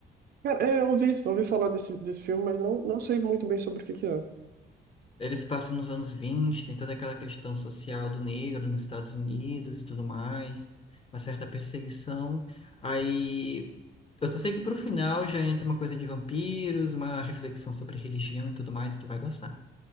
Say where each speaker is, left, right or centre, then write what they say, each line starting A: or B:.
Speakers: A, on the right; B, on the left.
A: Cara, é, eu ouvi, ouvi falar desse, desse filme, mas não, não sei muito bem sobre o que que é.
B: Eles passam nos anos vinte tem toda aquela questão social do negro nos Estados Unidos e tudo mais, uma certa perseguição. Aí eu só sei que pro final já entra uma coisa de vampiros, uma reflexão sobre religião e tudo mais, tu vai gostar.